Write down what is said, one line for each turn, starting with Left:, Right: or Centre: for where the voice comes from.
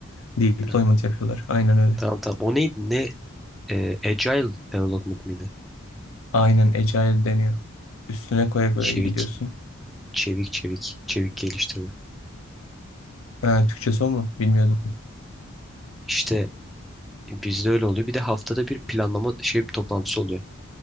Left: Deployment
Centre: Tamam
Left: yapıyorlar. Aynen öyle.
Centre: tamam. tamam. O neydi? Ne? Ee, Agile Development miydi?
Left: Aynen Agile deniyor. Üstüne koya koya
Centre: Çevik.
Left: gidiyorsun.
Centre: Çevik çevik. Çevik geliştirme.
Left: Ha, Türkçesi o mu? Bilmiyordum.
Centre: İşte e, bizde öyle oluyor. Bir de haftada bir planlama şey toplantısı oluyor.